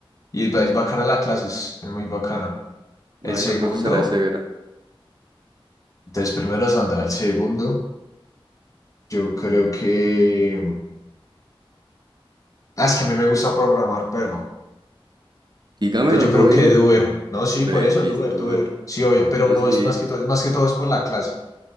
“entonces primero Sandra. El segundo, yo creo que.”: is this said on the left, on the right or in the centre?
Left